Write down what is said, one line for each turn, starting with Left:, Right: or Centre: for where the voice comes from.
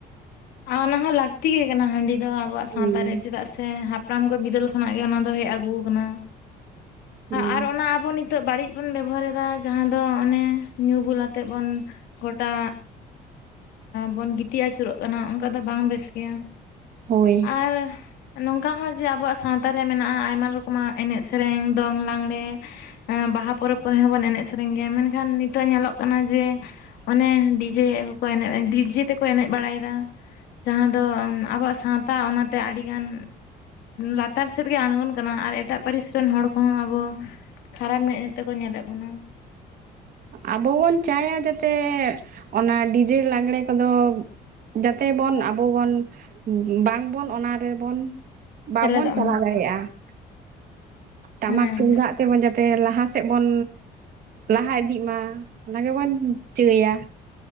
Left: ᱟᱨ ᱚᱱᱟ ᱦᱚᱸ ᱞᱟᱠ ᱛᱤ ᱟᱠᱟᱱᱟ ᱦᱟᱺᱰᱤ ᱫᱚ ᱟᱵᱚᱣᱟᱜ
Right: ᱦᱩᱸ
Left: ᱥᱟᱶᱛᱟ ᱨᱮ ᱪᱮᱫᱟᱜ ᱥᱮ ᱦᱟᱯᱲᱟᱢ ᱠᱚ ᱵᱤᱫᱟᱹᱞ ᱠᱷᱚᱱᱟᱜ ᱜᱮ ᱚᱱᱟ ᱫᱚ ᱦᱮᱡ ᱟᱹᱜᱩ ᱟᱠᱟᱱᱟ
Right: ᱦᱩᱸ
Left: ᱟᱨ ᱚᱱᱟ ᱟᱵᱚ ᱱᱤᱛᱚᱜ ᱱᱤᱛᱚᱜ ᱵᱟᱹᱲᱤᱡ ᱵᱚᱱ ᱵᱮᱵᱚᱦᱟᱨᱮᱫᱟ ᱡᱟᱦᱟᱸ ᱫᱚ ᱚᱱᱮ ᱧᱩ ᱵᱩᱞ ᱟᱛᱮᱫ ᱵᱚᱱ ᱜᱚᱴᱟ ᱵᱚᱱ ᱜᱤᱛᱤᱡ ᱟᱹᱪᱩᱨᱚᱜ ᱠᱟᱱᱟ ᱚᱱᱠᱟ ᱫᱚ ᱵᱟᱝ ᱵᱮᱥ ᱜᱮᱭᱟ
Right: ᱦᱳᱭ
Left: ᱟᱨ ᱱᱚᱝᱠᱟ ᱦᱚᱸ ᱡᱮ ᱟᱵᱚᱣᱟᱜ ᱥᱟᱶᱛᱟᱨᱮ ᱢᱮᱱᱟᱜᱼᱟ ᱟᱭᱢᱟ ᱨᱚᱠᱚᱢᱟᱜ ᱮᱱᱮᱡ ᱥᱮᱨᱮᱧ ᱫᱚᱝ ᱞᱟᱜᱽᱬᱮ ᱵᱟᱦᱟ ᱯᱚᱨᱚᱵᱽ ᱠᱚᱨᱮ ᱦᱚᱸᱵᱚᱱ ᱮᱱᱮᱡ ᱥᱮᱨᱮᱧ ᱜᱮᱭᱟ ᱢᱮᱱᱠᱷᱟᱱ ᱱᱤᱛᱚᱜ ᱧᱮᱞᱚᱜ ᱠᱟᱱᱟ ᱡᱮ ᱚᱱᱮ ᱡᱮ ᱠᱚ ᱮᱱᱮᱡ ᱰᱤᱡᱮ ᱛᱮᱠᱚ ᱮᱱᱮᱡ ᱵᱟᱲᱟᱭᱮᱫᱟ ᱡᱟᱦᱟᱸ ᱫᱚ ᱟᱵᱚᱣᱟᱜ ᱥᱟᱶᱛᱟ ᱚᱱᱟᱛᱮ ᱟᱹᱰᱤᱜᱟᱱ ᱞᱟᱛᱟᱨ ᱥᱮᱫ ᱜᱮ ᱟᱬᱜᱚᱱ ᱠᱟᱱᱟ ᱟᱨ ᱮᱴᱟᱜ ᱯᱟᱹᱨᱤᱥ ᱨᱮᱱ ᱦᱚᱲ ᱠᱚᱦᱚᱸ ᱟᱵᱚ ᱠᱷᱟᱨᱟᱯ ᱢᱮᱸᱫ ᱛᱮᱠᱚ ᱧᱮᱞᱮᱫ ᱵᱚᱱᱟ
Right: ᱟᱵᱚ ᱵᱚᱱ ᱪᱟᱭᱟ ᱡᱟᱛᱮ ᱚᱱᱟ ᱰᱤᱡᱮ ᱞᱟᱜᱽᱬᱮ ᱠᱚᱫᱚ ᱡᱟᱛᱮ ᱵᱚᱱ ᱟᱵᱚ ᱵᱚᱱ ᱵᱟᱝᱵᱚᱱ ᱚᱱᱟ ᱨᱮᱵᱚᱱ ᱵᱟᱵᱚᱱ
Left: ᱥᱮᱞᱮᱫᱚᱜ
Right: ᱪᱟᱞᱟᱣ
Left: ᱢᱟᱛᱚ
Right: ᱫᱟᱲᱮᱭᱟᱜᱼᱟ ᱴᱟᱢᱟᱠ
Left: ᱦᱮᱸ
Right: ᱛᱩᱢᱫᱟᱜ ᱛᱮᱵᱚᱱ ᱡᱟᱛᱮ ᱞᱟᱦᱟ ᱥᱮᱫ ᱵᱩᱱ ᱞᱟᱦᱟ ᱤᱫᱤᱜ ᱢᱟ ᱚᱱᱟ ᱜᱮᱵᱚᱱ ᱪᱟᱹᱭᱟ